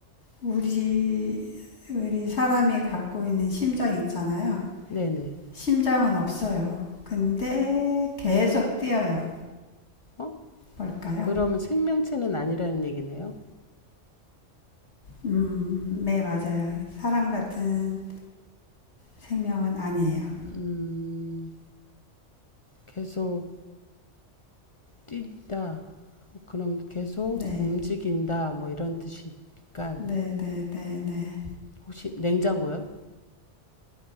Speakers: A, on the left; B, on the left.
A: 우리, 우리 사람이 갖고 있는 심장 있잖아요.
B: 네, 네.
A: 심장은 없어요. 근데 계속 뛰어요.
B: 어?
A: 뭘까요?
B: 그러면 생명체는 아니라는 얘기네요.
A: 음, 네, 맞아요. 사람 같은 생명은 아니에요.
B: 음, 계속 뛴다. 그럼 계속
A: 네,
B: 움직인다. 뭐 이런 뜻이니까.
A: 네, 네, 네, 네.
B: 혹시 냉장고요?